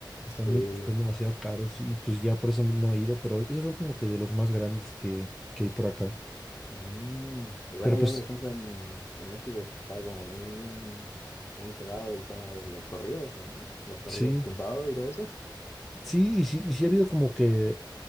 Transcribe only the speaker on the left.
Sí.
Mm, Igual
allá,
por ejemplo, en, en México está como muy, muy pegado el tema de los corridos, po, ¿no? Los corridos
tumbados y todo eso.